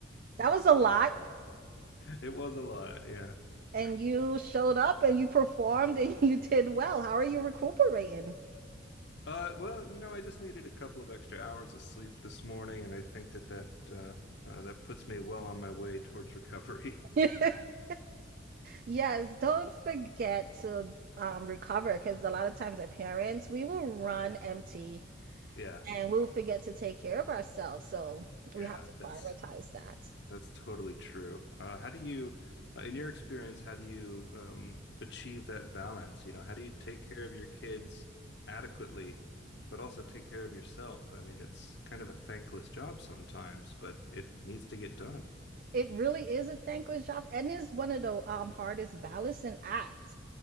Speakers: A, on the right; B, on the left.
A: that was a lot.
B: It was a lot, yeah.
A: And you showed up and you performed and <laughs> you did well. How are you recuperating?
B: Uh, well, you know, I just needed a couple of extra hours of sleep this morning, and I think that that uh, uh, that puts me well on my way towards recovery.
A: <laughs> Yes, don't forget to um, recover because a lot of times our parents, we will run empty.
B: <laughs> Yeah.
A: and we'll forget to take care of ourselves. So
B: Yeah,
A: we have to
B: that's
A: prioritize that.
B: that's totally true. Uh, how do you, uh, in your experience, how do you um, achieve that balance? You know, how do you take care of your kids adequately, but also take care of yourself? I mean, it's kind of a thankless job sometimes, but it needs to get done.
A: It really is a thankless job and is one of the um, hardest balancing act.